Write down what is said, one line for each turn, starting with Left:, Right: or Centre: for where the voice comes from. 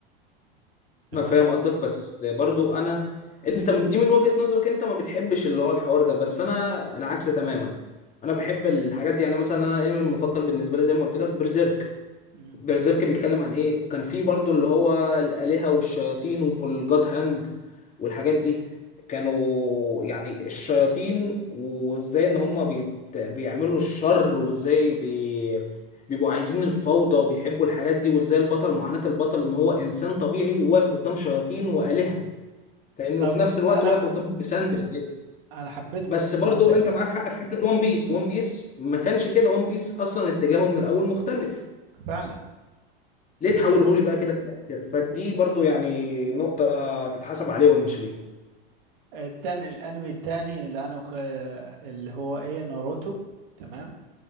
Right: تمام
Left: انا فاهم قصدك بس برضو انا انت دي من وجهة نظرك انت ما بتحبش اللي هو الحوار ده بس انا العكس تماما انا بحب الحاجات دي يعني مثلا انا الانمي المفضل بالنسبه لي زي ما قلت لك برزيرك
Right: مم.
Left: برزيرك بيتكلم عن ايه كان في برضو اللي هو الآلهة والشياطين والجاد هاند والحاجات دي كانوا يعني الشياطين وازاي ان هم بيت... بيعملوا الشر وازاي بي... بيبقوا عايزين الفوضى وبيحبوا الحاجات دي وازاي البطل معاناة البطل ان هو انسان طبيعي واقف قدام شياطين وآلهة فاهمني
Right: طب
Left: وفي نفس الوقت
Right: انا
Left: واقف قدام بسندل عادي
Right: انا حبيت
Left: بس
Right: قصه
Left: برضو
Right: بيرزيرك
Left: انت معاك حق في حتة وان بيس وان بيس ما كانش كده وان بيس اصلا اتجاهه من الاول مختلف
Right: فعلا
Left: ليه
Right: زي
Left: تحوله
Right: كده
Left: لي بقى كده في الاخر فدي برضو يعني نقطة تتحسب عليهم مش ليهم
Right: التاني الانمي التاني اللي انا ك- اللي هو ايه ناروتو تمام